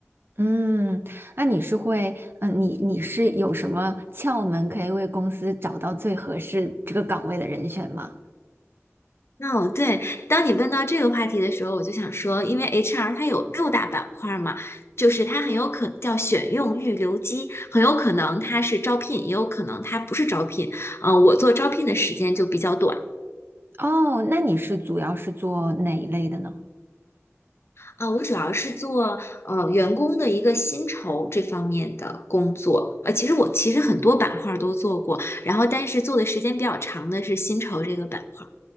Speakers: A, on the right; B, on the left.
A: 嗯，那你是会，嗯，你你是有什么窍门可以为公司找到最合适这个岗位的人选吗？
B: 哦，对，当你问到这个话题的时候，我就想说，因为 HR 它有六大板块儿嘛，就是它很有可能叫选用预留机，很有可能它是招聘，也有可能它不是招聘。呃，我做招聘的时间就比较短，
A: 哦，那你是主要是做哪一类的呢？
B: 啊、我主要是做呃员工的一个薪酬这方面的工作。呃，其实我其实很多板块儿都做过，然后但是做的时间比较长的是薪酬这个板块。